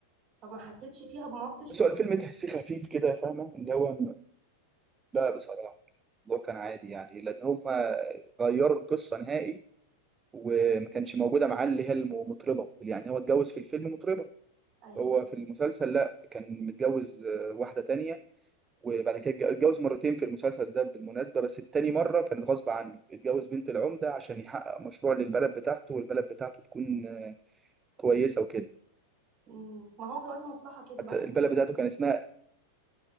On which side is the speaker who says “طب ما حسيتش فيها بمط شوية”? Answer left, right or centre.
Right